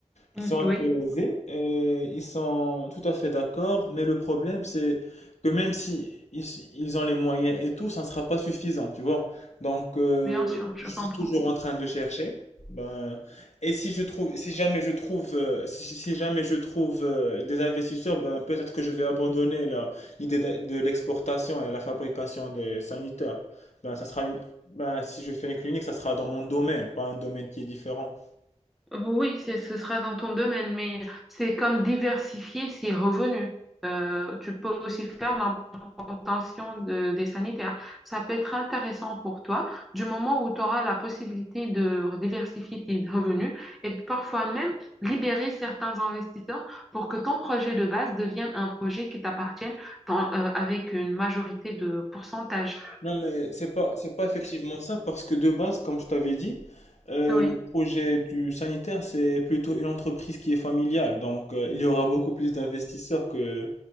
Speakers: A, on the left; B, in the centre.
A: qui
B: Mm,
A: sont un
B: oui.
A: peu aisés, et ils sont tout à fait d'accord, mais le problème c'est que même si ils, ils ont les moyens et tout, ça ne sera pas suffisant, tu vois. Donc euh,
B: Bien sûr, je
A: je
B: comprends.
A: suis toujours en train de chercher. Ben, et si je trouve, si jamais je trouve, euh, si, si si jamais je trouve euh, des investisseurs, ben peut-être que je vais abandonner la- l'idée de, de l'exportation et la fabrication des sanitaires. Ben ça sera une, ben si je fais une clinique, ça sera dans mon domaine, pas un domaine qui est différent.
B: Oui, c'est- ce sera dans ton domaine, mais c'est comme diversifier ses revenus. Euh, tu peux aussi faire l'importation de, des sanitaires. Ça peut être intéressant pour toi du moment où tu auras la possibilité de diversifier tes revenus et parfois même libérer certains investisseurs pour que ton projet de base devienne un projet qui t'appartienne dans- euh, avec une majorité de pourcentage.
A: Non, mais c'est pas, c'est pas effectivement ça, parce que de base, comme je t'avais dit, euh,
B: Oui.
A: le projet du sanitaire, c'est plutôt une entreprise qui est familiale. Donc, euh, il y aura beaucoup plus d'investisseurs que